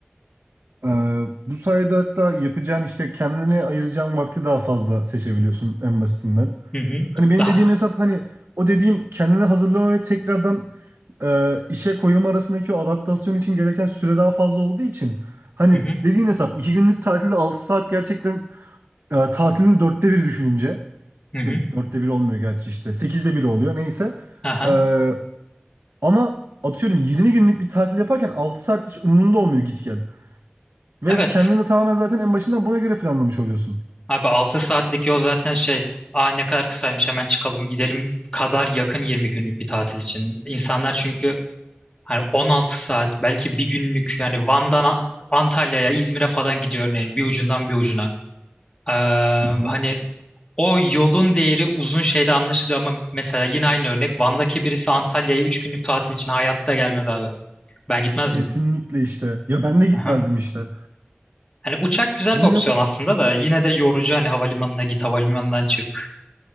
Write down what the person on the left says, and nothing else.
Hı hı.
Daha.
Hı hı.
Hı hı.
Aha.
Evet.
Abi 6 saatlik yol zaten şey Aa ne kadar kısaymış hemen çıkalım gidelim kadar yakın 20 günlük bir tatil için. İnsanlar çünkü Hani 16 saat belki bir günlük yani Van'dan A- Antalya'ya İzmir'e falan gidiyor örneğin bir ucundan bir ucuna. Ee,
hani o yolun değeri uzun şeyde anlaşılıyor ama mesela yine aynı örnek Van'daki birisi Antalya'ya 3 günlük tatil için hayatta gelmez abi. Ben gitmezdim.
Aha.
Hani uçak güzel
bir opsiyon
aslında da yine de yorucu hani havalimanına git havalimanından çık.